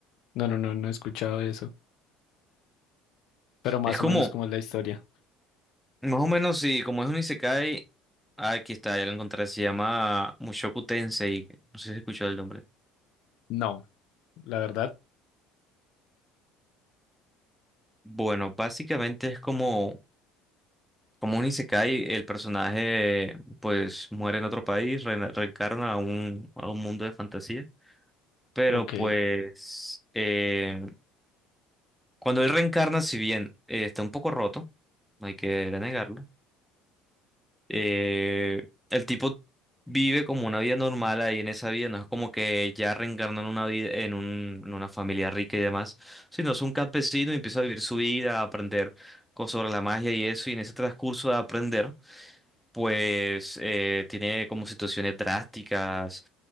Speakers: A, on the left; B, in the centre.
A: no, no, no, no he escuchado eso. Pero más
B: Es como,
A: o menos cómo es la historia.
B: más o menos, sí, como es un isekai, ah, aquí está, ya lo encontré, se llama Mushoku Tensei, no sé si has escuchado el nombre.
A: No, la verdad.
B: Bueno, básicamente es como Como un isekai, el personaje pues muere en otro país, re- reencarna a un, a un mundo de fantasía. Pero
A: Ok,
B: pues eh, cuando él reencarna, si bien eh, está un poco roto, no hay que negarlo, eh, el tipo vive como una vida normal ahí en esa vida, no es como que ya reencarna en una vida, en un- en una familia rica y demás, sino es un campesino y empieza a vivir su vida, a aprender cosas sobre la magia y eso, y en ese transcurso de aprender. pues eh, tiene como situaciones drásticas,